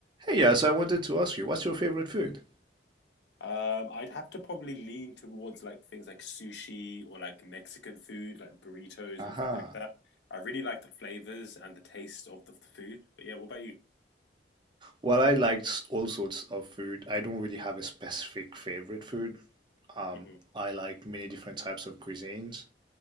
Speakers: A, on the right; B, on the left.
A: Hey, yeah, so I wanted to ask you, what's your favorite food?
B: Um, I'd have to probably lean towards like things like sushi or like Mexican food, like burritos
A: Aha.
B: and things like that. I really like the flavors and the taste of the food. But yeah, what about you?
A: Well, I liked all sorts of food. I don't really have a specific favorite food. Um,
B: hmm
A: I like many different types of cuisines.